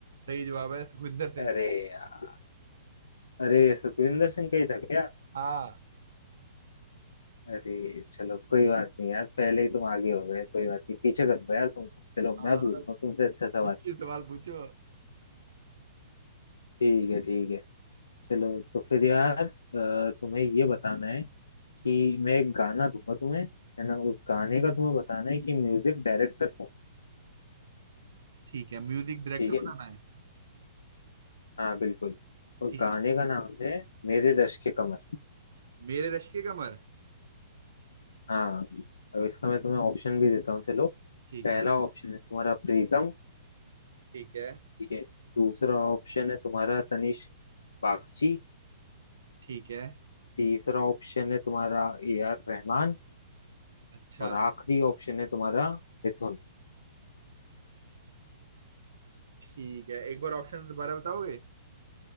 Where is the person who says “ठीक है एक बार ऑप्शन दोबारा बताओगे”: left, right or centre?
Right